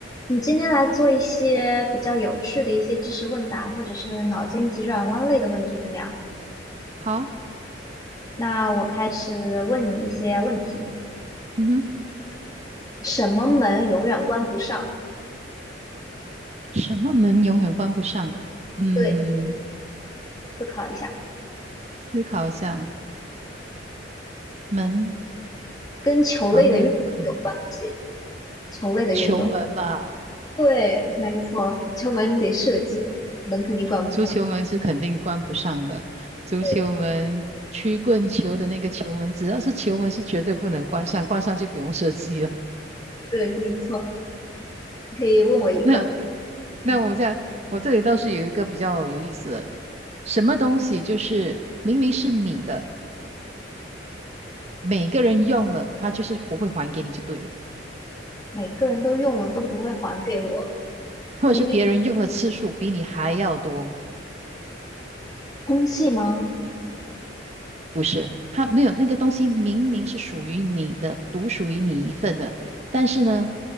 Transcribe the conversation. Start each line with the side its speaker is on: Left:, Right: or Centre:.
Left: 你今天来做一些比较有趣的一些知识问答，或者是脑筋急转弯类的问题，怎么样？
Right: 好啊
Left: 那我开始问你一些问题。
Right: 嗯哼，
Left: 什么门永远关不上？
Right: 什么门永远关不上啊？嗯，
Left: 对，思考一下，
Right: 思考一下，门，
Left: 跟球类的运动有关系。
Right: 房门不肯，
Left: 球类的运动，
Right: 球门吧，
Left: 对，没错，球门你得射击，门肯定关不上。
Right: 足球门是肯定关不上的。足球门，
Left: 对，
Right: 曲棍球的那个球门，只要是球门是绝对不能关上，关上就不用射击了。<laughs>
Left: 对，没错。你可以问我一个，
Right: 那那我在我这里倒是有一个比较有意思的，
Left: 嗯，
Right: 什么东西就是明明是你的，每个人用了，他就是不会还给你就对了。
Left: 每个人都用了都不会还给我，
Right: 或者是别人用的次数比你还要多，
Left: 明明空气吗？
Right: 不是？他没有那个东西，明明是属于你的，独属于你一份的，但是呢，